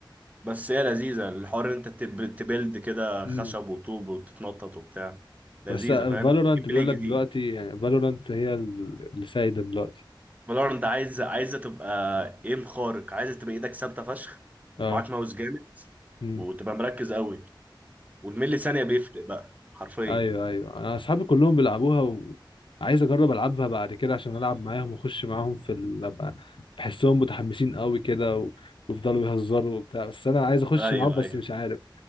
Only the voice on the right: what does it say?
بس هي لذيذة الحوار ان انت تب- تبيلد كده
خشب وطوب وتتنطط وبتاع لذيذة
فاهم جيم
بلاي جديد
فالورنت عايزة عايزة تبقى ايم خارق عايزة تبقى ايدك ثابتة فشخ
معاك ماوس جامد
وتبقى مركز قوي والملي ثانية بيفرق بقى حرفيا
ايوه
ايوه